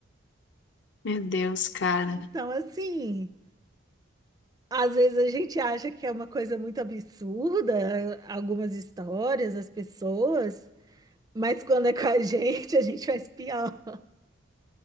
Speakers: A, on the left (about 60°); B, on the right (about 20°).
A: Meu Deus, cara.
B: Então, assim, às vezes a gente acha que é uma coisa muito absurda, algumas histórias, as pessoas, mas quando é com a <laughs> gente, a gente faz pior.